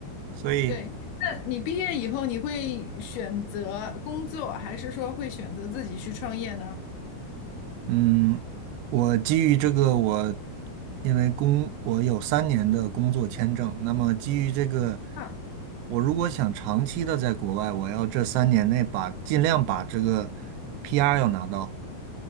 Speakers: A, on the right; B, on the left.
A: 所以，
B: 对。那你毕业以后，你会选择工作，还是说会选择自己去创业呢？
A: 嗯，我基于这个，我因为工我有三年的工作签证，那么基于这个，
B: 啊，
A: 我如果想长期的在国外，我要这三年内把尽量把这个 PR 要拿到。